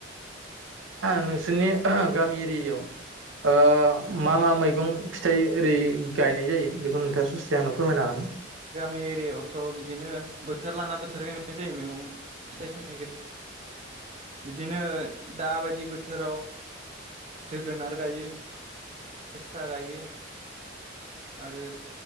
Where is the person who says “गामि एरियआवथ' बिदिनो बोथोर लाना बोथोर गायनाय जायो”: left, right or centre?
Right